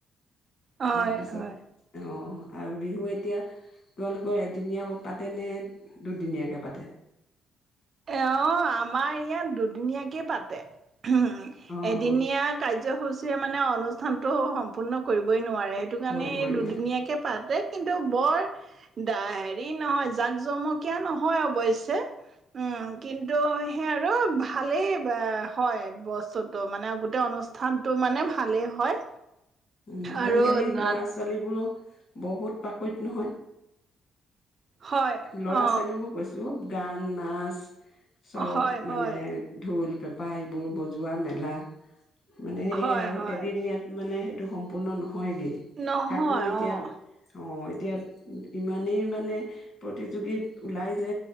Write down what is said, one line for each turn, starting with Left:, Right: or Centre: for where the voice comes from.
Right: হয়
Left: তাৰপিছত
Right: হয়
Left: অ আৰু বিহু এতিয়া তোমালোকৰ এদিনীয়া পাতে নে দুদিনীয়াকে পাতে?
Right: অ', আমাৰ ইয়াত দুদিনীয়াকে পাতে। উম।
Left: অ'
Right: এদিনীয়া কাৰ্যসূচী। মানে অনুষ্ঠানতটো সম্পূৰ্ণ কৰিবই নোৱাৰে। সেইটো কাৰণে
Left: কৰিবই
Right: এই দুদিনীয়াকে
Left: নোৱাৰে
Right: পাতে। তাতে কিন্তু বৰ দ হেৰি নহয় জাক জমকীয়া নহয় অৱশ্য। উম কিন্তু সেই আৰু ভালেই হয় বস্তুটো মানে গোটেই অনুষ্ঠানতটো মানে ভালেই হয়।
Left: উম
Right: আৰু
Left: আজিকালি
Right: নাট
Left: ল'ৰা ছোৱালী বোৰো বহুত পাকৈত নহয়।
Right: হয়।
Left: ল'ৰা
Right: অ'।
Left: ছোৱালীবোৰ কৈছো গান, নাচ, চব
Right: হয়
Left: মানে
Right: হয়
Left: ঢোল, পেঁপা পাইবোৰ বজোৱা মেলা মানে সেইয়ে
Right: হয়
Left: আৰু
Right: হয়
Left: এদিনীয়াত মানে টো সম্পূৰ্ণ নহয়। হয়গে
Right: নহয়
Left: কাকনো এতিয়া
Right: অ'।
Left: অ এতিয়া ইমানেই মানে প্ৰতিযোগী ওলাই যে